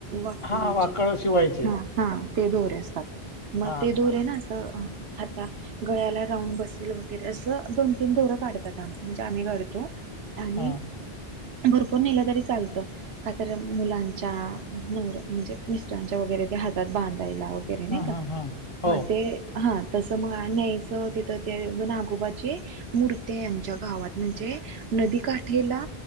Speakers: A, on the right (about 80°); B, on the left (about 35°).
A: वाकळीचे
B: हा वाकळ शिवायचे
A: हा हा ते दोरे असतात मग
B: हा
A: ते दोरे ना असं, आता गळ्याला राऊंड बसेल वगैरे असं दोन तीन दोरं काढतातम म्हणजे आम्ही घडतो. आणि
B: हं
A: भरपूर नेलं तरी चालतं का तर मुलांच्या नवऱ्या म्हणजे मिस्टरांच्या वगैरे, हातात बांधायला वगैरे नाही
B: हं
A: का!
B: हं हं हो
A: मग ते हा तसं मग न्यायचं तिथं ते नागोबाची मूर्ती आहे, आमच्या गावात म्हणजे नदीकाठेला